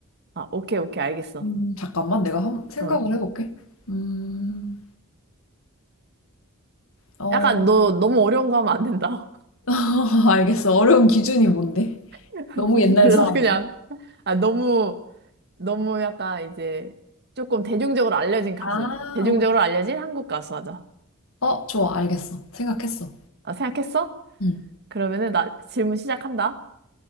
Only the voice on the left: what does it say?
음, 잠깐만. 내가 한- 생각을
해볼게. 음, 어,
<laughs> 알겠어. 어려운 기준이 뭔데?
너무 옛날
사람인가?
아,
어.
어, 좋아, 알겠어. 생각했어.
응.